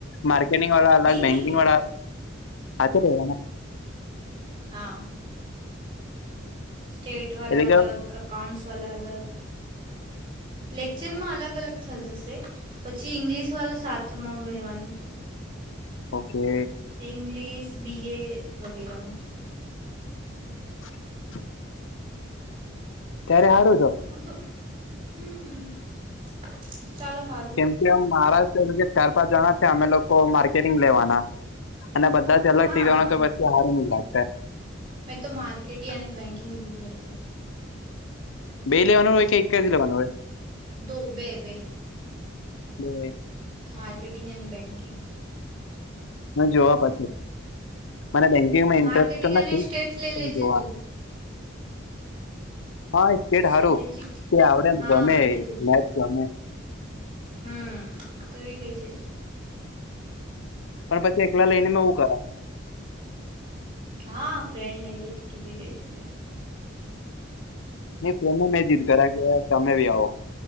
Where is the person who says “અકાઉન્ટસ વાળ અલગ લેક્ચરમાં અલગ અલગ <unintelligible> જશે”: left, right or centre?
Right